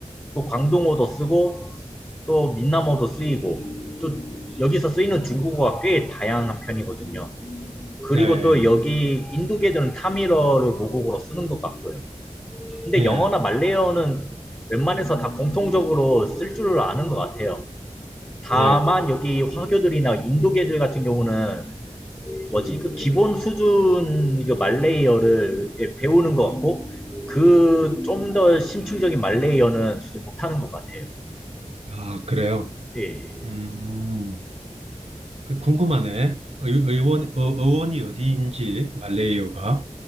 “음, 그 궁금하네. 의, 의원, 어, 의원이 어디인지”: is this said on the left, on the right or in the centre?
Right